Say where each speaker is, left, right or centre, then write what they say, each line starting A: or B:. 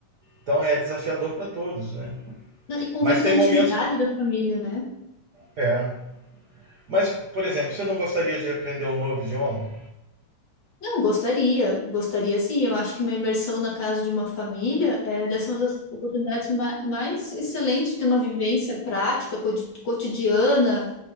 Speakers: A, on the right; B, on the left.
A: Então é desafiador para todos, né?
B: e convive
A: Mas
B: na
A: tem
B: intimidade
A: momentos.
B: da família, né?
A: É. Mas, por exemplo, você não gostaria de aprender um novo idioma?
B: Não, gostaria, gostaria sim. Eu acho que uma imersão na casa de uma família é, deve ser uma das oportunidades ma- mais excelentes de ter uma vivência prática, codi- cotidiana,